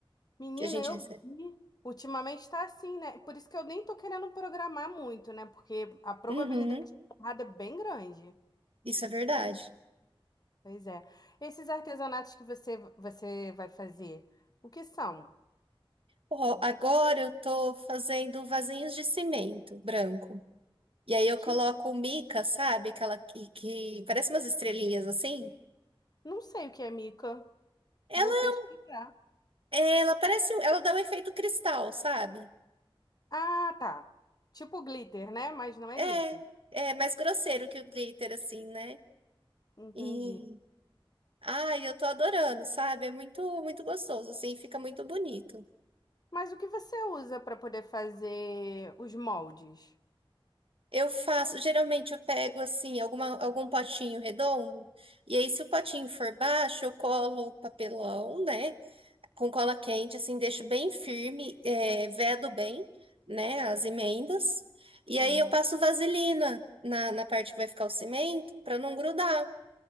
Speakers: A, on the left; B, on the right.
A: Menina,
B: que a gente
A: eu
B: recebe?
A: vi. Ultimamente está assim, né? Por isso que eu nem tô querendo programar muito, né? Porque a probabilidade
B: Uhum,
A: de dar errado é bem grande.
B: isso é verdade.
A: Pois é. Esses artesanatos que você, você vai fazer, o que são?
B: Ó, agora eu tô fazendo vasinhos de cimento branco. E aí eu
A: Que
B: coloco mica, sabe? Aquela que, que parece umas estrelinhas assim.
A: não sei o que é mica.
B: Ela,
A: Vou pesquisar.
B: ela parece, um, ela dá um efeito cristal, sabe?
A: Ah, tá. Tipo glitter, né? Mas não
B: É,
A: é glitter.
B: é mais grosseiro que o glitter, assim, né?
A: Entendi.
B: E, ai, eu tô adorando, sabe? É muito, muito gostoso, assim, fica muito bonito.
A: Mas o que você usa para poder fazer os moldes?
B: Eu faço, geralmente eu pego assim, alguma, algum potinho redondo, e aí se o potinho for baixo, eu colo papelão, né? Com cola quente, assim, deixo bem firme, é, vedo bem, né? As emendas. E
A: Uhum.
B: aí eu passo vaselina na, na parte que vai ficar o cimento, pra não grudar.